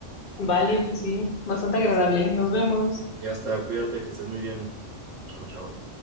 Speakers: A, on the left (about 55°); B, on the right (about 90°).
A: vale, pues sí, bastante
B: Ya,
A: agradable, nos vemos.
B: ya está, cuídate, que estés muy bien. Chao, chao.